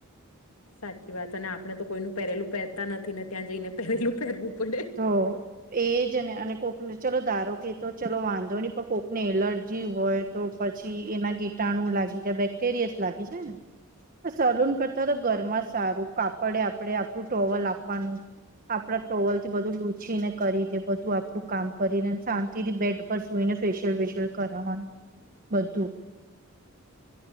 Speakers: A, on the left; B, on the right.
A: સાચી વાત અને આપડણે તો કોઈનું પહેરેલું પહેરતા નથી ને ત્યાં જઈને પહેરેલું પહેરવું. પડે
B: તો. એજ ને અને કોકને ચલો ધારો કે તો ચલો વાંધો નહી પણ કોકને એલર્જી હોય. તો પછી એના કીટાણુ લાગી જાય બેક્ટેરિયાસ લાગી જાય ને. સલૂન કરતા તો ઘરમાં સારું કાપડે આપણે આપણું ટોવલ આપવાનું. આપણા ટોલ. થી બધું લૂચી ને કરી દે બધું આપણું કામ કરીને શાંતિથી બેડ પર સુઈને ફેશિયલ વેશિયલ. કરાવવાનું બધું.